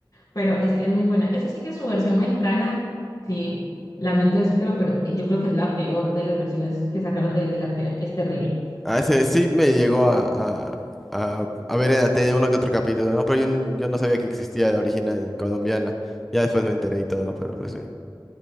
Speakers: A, on the left (about 45°); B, in the centre.
A: pero es, es muy buena. Eso sí que su versión mexicana, sí, lamento decírtelo, pero yo creo que es la peor de las versiones que sacaron de Betty la Fea. Es terrible.
B: Ah, ese sí me llegó a, a, a, a ver en la tele uno que otro capítulo, ¿no? Pero yo, n- yo no sabía que existía la original colombiana. Ya después me enteré y todo, pero pues sí.